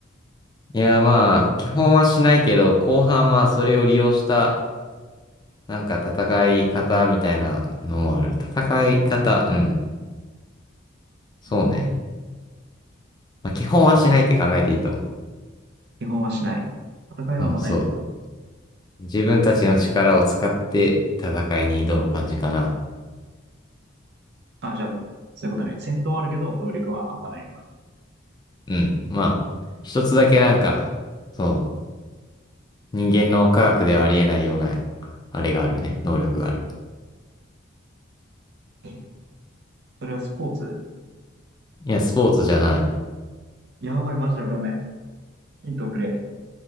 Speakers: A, on the left (about 20°); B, on the right (about 55°).
A: いや、まあ、基本はしないけど、後半はそれを利用した、なんか戦い方みたいなのもある。戦い方、うん。そうね。
B: うん
A: まあ、基本はしないって考えていいと思
B: 基本はしない。戦いはあんまないのか。
A: う。うん、そう。自分たちの力を使って戦いに挑む感じかな。
B: あ、じゃあ、そういうことね。戦闘はあるけど、能力はあんまないのか。
A: うん。まあ、一つだけなんか、そう、人間の科学ではありえないような、あれがあるね。能力がある。
B: え、それはスポーツ
A: いや、スポーツじゃない。
B: やばい、マジでわかんない。ヒントをくれ。